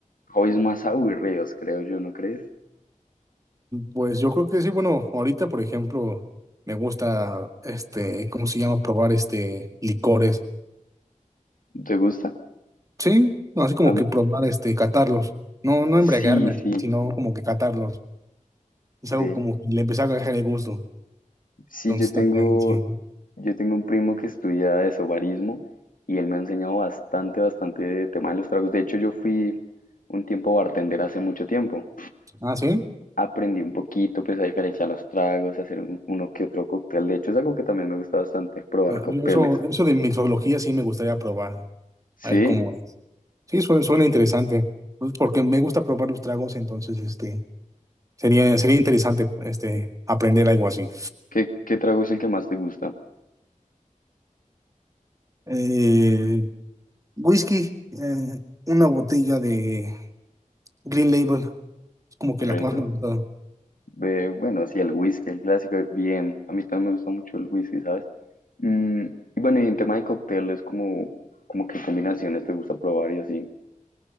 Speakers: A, on the left; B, on the right.
A: hobbies más aburridos, creo yo, ¿no crees?
B: Pues yo creo que sí, bueno, ahorita, por ejemplo, me gusta, este, ¿cómo se llama? Probar, este, licores.
A: ¿Te gusta?
B: Sí, no, así como
A: A mí-
B: que probar, este, catarlos. No, no
A: sí,
B: embriagarme,
A: sí.
B: sino como que catarlos. Es
A: De
B: algo como que le empecé a agarrar el gusto.
A: Sí,
B: Entonces
A: yo tengo,
B: también, sí.
A: yo tengo un primo que estudia eso, barismo, y él me ha enseñado bastante, bastante de tema de los tragos. De hecho, yo fui un tiempo bartender hace mucho tiempo.
B: Ah, sí.
A: Aprendí un poquito, pues, a diferenciar los tragos, a hacer un- uno que otro cóctel. De hecho, es algo que también me gusta bastante, probar
B: Ah,
A: cócteles.
B: yo Eso, eso de mixología sí me gustaría probar.
A: ¿Sí?
B: A ver cómo es. Sí, suena, suena interesante. Pues porque me gusta probar los tragos, entonces este sería, sería interesante este aprender algo así.
A: ¿Qué, qué trago es el que más te gusta?
B: Eh, whisky, eh, una botella de Green Label, es como que
A: Red
B: la que más
A: Bull.
B: me ha gustado.
A: Ve, bueno, sí, el whisky, el clásico, bien. A mí también me gusta mucho el whisky, ¿sabes? Mm, y bueno, y en tema de cócteles, como, como qué combinaciones te gusta probar y así.